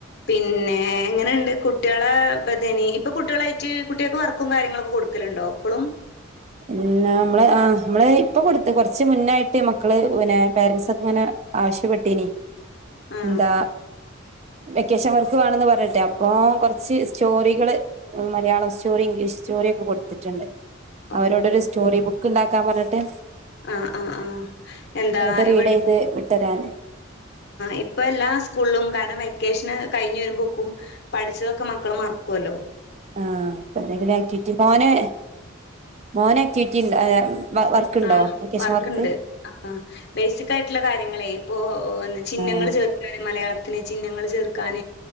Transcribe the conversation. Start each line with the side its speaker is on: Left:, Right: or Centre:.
Left: പിന്നെ എങ്ങനെയുണ്ട് കുട്ടികളെ തേനി ഇപ്പൊ കുട്ടികളായിട്ട് കുട്ടികൾക്ക് വർക്കും കാര്യങ്ങളൊക്കെ കൊടുക്കു കേലുണ്ടോ ഇപ്പളും
Right: എല്ല നമ്മള് ആ നമ്മള് ഇപ്പൊ കൊടുത്ത് കൊറച്ച് മുന്നായിട്ട് മക്കള് പിന്നെ പേരൻറ്സ് ഒക്കെ ഇങ്ങനെ ആവശ്യപ്പെട്ടീന
Left: ആ
Right: എന്താ വെക്കേഷൻ വർക്ക് വേണന്ന് പറഞ്ഞിട്ടെ അപ്പൊ കൊറച്ച് സ്റ്റോറികള് മലയാളം സ്റ്റോറി ഇംഗ്ലീഷ് സ്റ്റോറി ഒക്കെ കൊടുത്തിട്ടുണ്ട്
Left: ഓ
Right: അവരോടൊരു സ്റ്റോറി ബുക്ക് ഉണ്ടാക്കാൻ പറഞ്ഞിട്ട്.
Left: ആ ആഹ് ആഹ് എന്താ
Right: എന്നിട്ട്
Left: ഇവിടെ
Right: റീഡ് ചെയ്ത് വിട്ടരാൻ
Left: ഇപ്പൾ എല്ലാ സ്കൂളിലും കാരണം വെക്കേഷന് കഴിഞ്ഞഞ് വരുമ്പോക്കും പഠിച്ചതൊക്കെ മക്കള് മറക്കോല്ലോ
Right: ആഹ അപ്പ എന്തെങ്കിലും ആക്ടിവിറ്റി മോന് മോന് ആക്ടിവിറ്റി ഉണ്ട് അഹ് വർക്കുണ്ടോ
Left: ആഹ്
Right: വെക്കേഷൻ
Left: വർക്ക്ണ്ട്
Right: വർക്ക്.
Left: ആഹ് ബേസികായിട്ടുള്ള കര്യങ്ങളെ ഇപ്പോ ചിഹ്നങ്ങൾ
Right: ആ
Left: ചെർത്ത് മലയാളത്തിന് ചിഹ്നങ്ങൾ ചേർക്കാൻ